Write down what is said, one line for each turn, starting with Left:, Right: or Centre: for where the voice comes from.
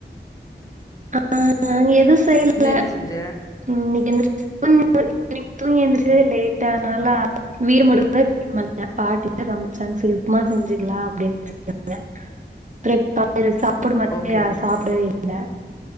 Right: ஆ அங்க எதுவு செய்ல
Left: நீ என்ன செஞ்ச
Right: உ இன்னைக் எந்த <inaudible> இன்னைக்கி தூங்கி எழுந்துரச்சதே லேட்டா அதுனால வீட மட்டுந்தா க்ளீன் பண்ணே பாட்டி தா சமச்சாங்க செரி உப்புமா செஞ்சுக்கலா அப்டின் செஞ்சாங்க ப்ரட் காலையில சாப்பாடு மட்டு
Left: ஓகே
Right: ஏ சாப்டவே இல்ல